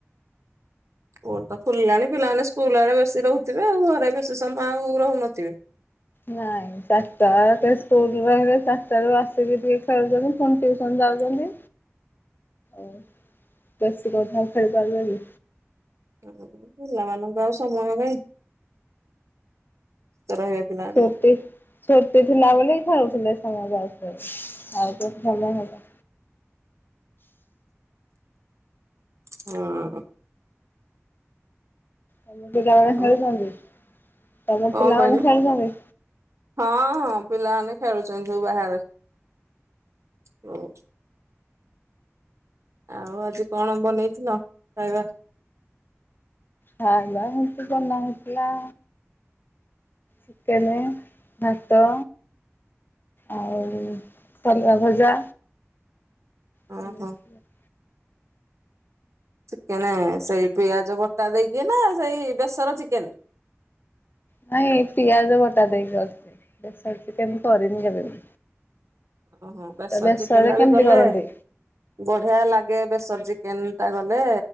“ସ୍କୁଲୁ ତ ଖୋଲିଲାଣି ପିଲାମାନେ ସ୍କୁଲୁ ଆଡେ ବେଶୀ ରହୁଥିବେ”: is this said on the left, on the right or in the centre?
Right